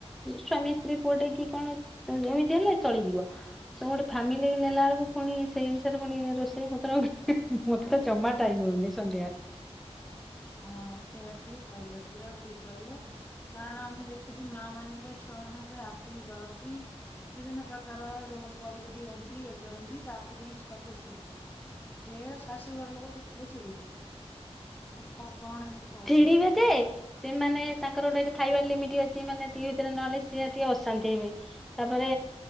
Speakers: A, in the centre; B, on the left (about 15°).
A: ସ୍ଵାମୀ ସ୍ତ୍ରୀ ପୁଅଟାକି କଣ? ତ ଏମିତି ହେଲେ ଚଳିଯିବ ତମେ ଗୋଟେ ଫ୍ୟାମିଲି ନେଲା ବେଳକୁ ପୁଣି ସେଇ ଅନୁସାରେ ପୁଣି ରୋଷେଇ ପତ୍ର ଆ ମତେ ଜମା ଟାଇମ୍ ହଉନି ସନ୍ଧ୍ୟା
B: ହଁ ସେୟା ଠିକ କହିଲେ ପୁରା ଠିକ କହିଲେ। ହଁ ହଁ ମୁଁ ଦେଖିଛି ମା ମାନେ ପା ଛୁଆ ମାନଙ୍କ ପାଇଁ ଆକ୍ଟିଂ କରନ୍ତି ବିଭିନ୍ନ ପ୍ରକାର ରୋଲ କରିକି ଡିିଅନ୍ତି ଇଏ କରନ୍ତି ତାପରେ ଯାଇ ଛୁଆକୁ ଖୁସି ରହେ। ଏ ଶାଶୁଘର ଲୋକ ଦେଖିଲେ ଚିଡିବେ। ମୁଁ କ କଣ ଏମିତି ହଉଛି
A: ଚିଡିବେ ଯେ। ସେମାନେ ତାଙ୍କର ଗୋଟେ ଖାଇବାର ଲିମିଟ ଅଛି ମାନେ ଏତିକି ଭିତରେ ନହେଲେ ସିଏ ଟିକେ ଅଶାନ୍ତି ହେବେ। ତାପରେ।